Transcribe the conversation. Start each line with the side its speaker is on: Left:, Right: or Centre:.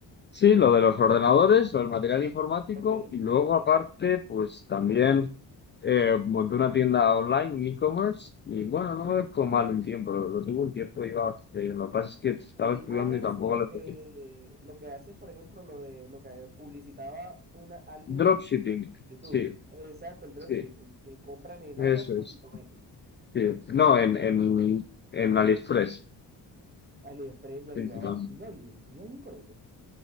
Left: Sí, lo de los ordenadores, lo del material informático
Right: ¿ok?
Left: y luego
Right: ¿Ok?
Left: aparte, pues también eh, monté una tienda online, un e-commerce y bueno, no me ve como mal un tiempo, lo, lo tuve un tiempo y iba bastante bien. Lo que pasa es que estaba
Right: En e-commerce
Left: estudiando y tampoco
Right: lo
Left: le
Right: que,
Left: podía.
Right: lo que hacen, por ejemplo, lo de lo que publicitaba una, alguien
Left: Dropshipping,
Right: en, en YouTube.
Left: sí,
Right: Exacto, el dropshipping,
Left: sí,
Right: que compran en
Left: eso
Right: Amazon
Left: es.
Right: y lo venden.
Left: Sí. No, en, en, en AliExpress.
Right: AliExpress y Alibaba.
Left: Principalmente.
Right: Y te iba bien, te iba bien con eso.